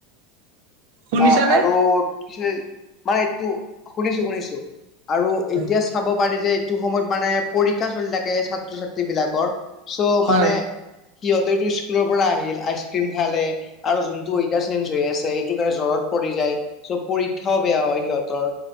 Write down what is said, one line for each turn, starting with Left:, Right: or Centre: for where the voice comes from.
Right: শুনিছানে
Left: অ, আৰু কি মানে এইটো শুনিছো, শুনিছো। আৰু
Right: হয়
Left: এতিয়া চাব পাৰি যে এইটো সময়ত মানে পৰীক্ষা চলি থাকে ছাত্ৰ, ছাত্ৰী বিলাকৰ। চ'
Right: হয়
Left: মানে সিহঁতে স্কুলৰ পৰা আহিল আইচ ক্ৰীম খালে আৰু যোনতটো ৱেডাৰ চেঞ্জ হৈ আছে। কাৰণে জ্বৰত পৰি যায় চ' পৰীক্ষাও বেয়া হয়, সিহঁতৰ